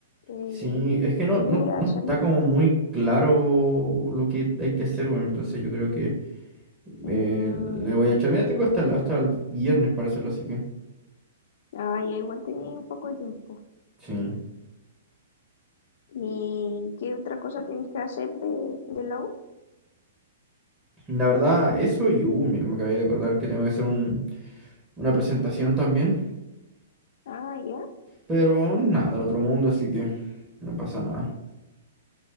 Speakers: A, on the left (about 60°); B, on the right (about 20°).
A: eh,
B: Sí, es que no,
A: podría
B: no, no
A: hacerlo.
B: está como muy claro lo que hay que hacer, weón. Entonces yo creo que
A: Mm,
B: eh, le voy a echar. Mira, tengo hasta, el- hasta el viernes para hacerlo, así que...
A: ah, ya igual tenía un poco de tiempo.
B: Sí.
A: ¿Y qué otra cosa tenéis que hacer de, de la U?
B: La verdad, eso y... Uh, me, me acabé de acordar que tengo que hacer un- una presentación también.
A: Ah, ya.
B: Pero nada, del otro mundo, así que no pasa nada.